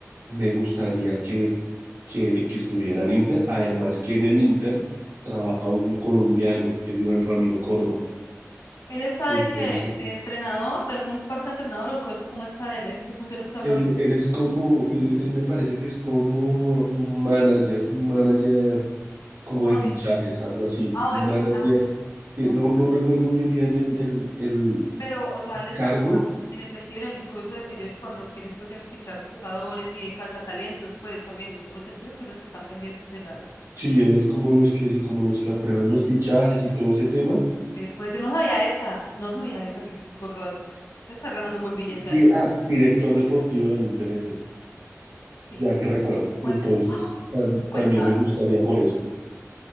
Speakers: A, on the right (about 75°); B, on the left (about 80°).
A: Me gustaría que, que, que estuviera en Inter, además que en el Inter trabaja un colombiano, que es Iván Ramiro Córdoba.
B: Él está
A: Entonces,
B: de qué? de entrenador, de algún parte de entrenador o cosa, cómo está él, qué función está hablando,
A: él, él es como, él, él me parece que es como un manager, un manager como
B: como una
A: de fichajes, algo así,
B: Ah, o
A: un
B: de ficha.
A: manager,
B: Ah,
A: que
B: ya.
A: no, no recuerdo muy bien el, el, el
B: Pero, o sea, él está
A: cargo,
B: como en el metido en el curso de que ellos cuando quieren pues en fichar jugadores y de cazatalentos, pues también me gusta entender que los que están pendientes de las
A: sí, él es como los que, sí, como los que aprueban los fichajes y todo ese tema.
B: de- pues yo no sabía esa, no sabía esa que Córdoba es- puede estar ganando un buen billete ahí.
A: Di- ah, director deportivo del Inter es él,
B: Sí,
A: ya que recuerdo. Entonces,
B: buen ¡ah!
A: tam-
B: puestazo.
A: también me gustaría por eso.